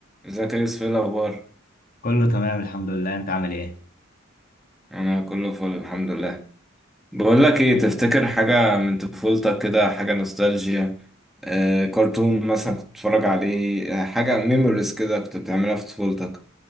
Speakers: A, in the centre; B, on the left (about 45°).
A: ازيك يا يوسف ايه الاخبار
B: كله تمام الحمد لله انت عامل ايه
A: انا كله فل الحمد لله بقول لك ايه تفتكر حاجه من طفولتك كده حاجه نوستالجيا آه كرتون مثلا كنت بتتفرج عليه آه، حاجه ميموريز كده كنت بتعملها في طفولتك